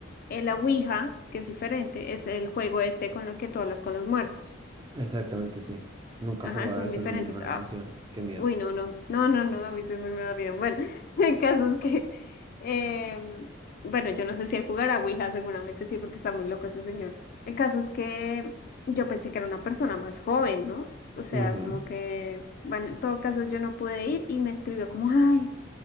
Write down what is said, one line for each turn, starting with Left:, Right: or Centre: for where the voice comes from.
Left: el la Ouija, que es diferente, es el juego este con lo que tú hablas con los muertos.
Right: Exactamente, sí. Nunca
Left: Ajá,
Right: he jugado,
Left: son
Right: eso
Left: diferentes.
Right: no me llama la
Left: Ah,
Right: atención. Qué miedo.
Left: uy, no, no, no, no, no, a mí eso me va bien. Bueno, <laughs> el caso es que, eh, bueno, yo no sé si él jugará Ouija, seguramente sí, porque está muy loco ese señor. El caso es que yo pensé que era una persona más joven, ¿no? O sea,
Right: Ujú.
Left: como que, bueno, en todo caso yo no pude ir y me escribió como, ay,